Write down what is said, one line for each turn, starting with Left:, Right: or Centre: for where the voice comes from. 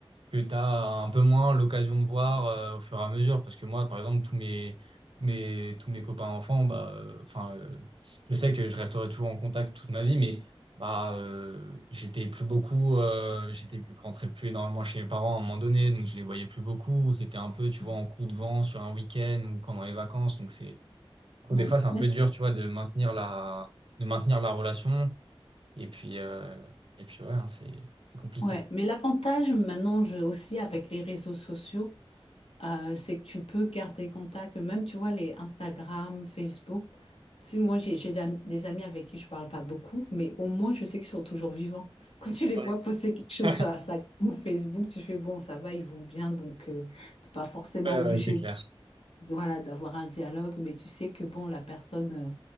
Right: que tu as un peu moins l'occasion de voir euh, au fur et à mesure. Parce que moi, par exemple, tous mes, mes, tous mes copains enfants, bah, euh, enfin, euh, je sais que je resterai toujours en contact toute ma vie, mais bah, euh, j'étais plus beaucoup, euh, j'étais je rentrais plus énormément chez mes parents à un moment donné, donc je les voyais plus beaucoup. C'était un peu, tu
Left: Mm.
Right: vois, en coup de vent sur un week-end ou pendant les vacances. Donc c'est, je trouve
Left: Mm.
Right: des fois, c'est un
Left: Mais,
Right: peu
Left: c'est-
Right: dur, tu vois, de maintenir la, de maintenir la relation. Et puis, euh, et puis ouais, hein, c'est c'est compliqué.
Left: ouais. Mais l'avantage maintenant je, aussi avec les réseaux sociaux, euh, c'est que tu peux garder contact. Même, tu vois, les Instagram, Facebook. Tu sais, moi, j'ai j'ai d'am- des amis avec qui je parle pas beaucoup, mais au moins, je sais qu'ils sont toujours vivants. <laughs> Quand tu les
Right: Ouais,
Left: vois poster quelque chose
Right: <laughs> ouais,
Left: sur Instagram ou Facebook, tu fais, bon, ça va, ils vont bien, donc euh, t'es pas forcément
Right: ouais,
Left: obligé,
Right: C'est c'est clair.
Left: de- voilà, d'avoir un dialogue, mais tu sais que, bon, la personne, euh,